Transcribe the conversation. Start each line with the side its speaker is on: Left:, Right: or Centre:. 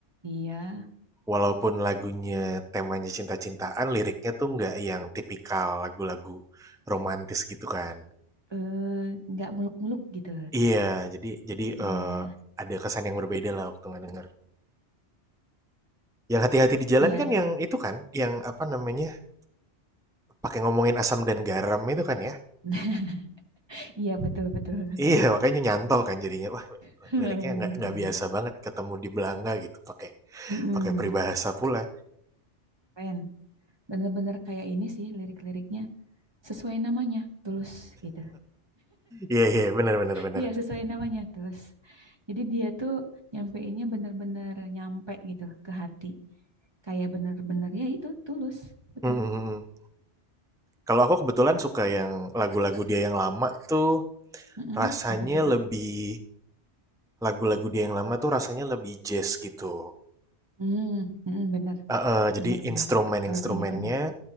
Right: Iya.
Centre: walaupun lagunya temanya cinta-cintaan liriknya tuh nggak yang tipikal lagu-lagu romantis gitu kan
Right: Eh, nggak muluk-muluk gitu.
Centre: iya jadi jadi
Right: Iya.
Centre: eh, ada kesan yang berbeda lah waktu nggak denger yang hati-hati di jalan
Right: Iya.
Centre: kan yang itu kan yang apa namanya Pakai ngomongin asam dan garam itu kan ya?
Right: <laughs> Iya, betul-betul.
Centre: Iya, makanya nyantol kan jadinya. Wah,
Right: <laughs>
Centre: liriknya nggak
Right: Bener-bener.
Centre: nggak biasa banget ketemu di Belanga gitu, pakai
Right: Mm-mm.
Centre: pakai peribahasa pula.
Right: Keren. Bener-bener kayak ini sih lirik-liriknya. Sesuai namanya, Tulus gitu.
Centre: Iya iya, benar benar bener.
Right: Iya, sesuai namanya, Tulus. Jadi dia tuh nyampeinnya bener-bener nyampe gitu ke hati. Kayak bener-bener ya itu, Tulus. Betul.
Centre: Mhm mhm. Kalau aku kebetulan suka yang lagu-lagu dia yang lama tuh
Right: Mm-mm.
Centre: rasanya
Right: Apa tuh, Kak?
Centre: lebih lagu-lagu dia yang lama tuh rasanya lebih jazz gitu.
Right: Hmm, mm-mm, bener,
Centre: Heeh, jadi
Right: bener-bener.
Centre: instrumen-instrumennya
Right: Kalau diingat-ingat.